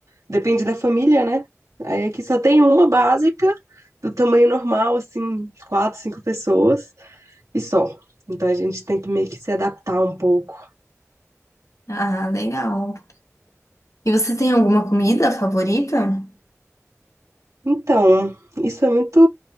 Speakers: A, on the right; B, on the left.
A: Depende da família, né? Aí aqui só tem uma básica, do tamanho normal, assim, quatro, cinco pessoas. e só. Então a gente tem que meio que se adaptar um pouco.
B: Ah, legal. E você tem alguma comida favorita?
A: Então, isso é muito.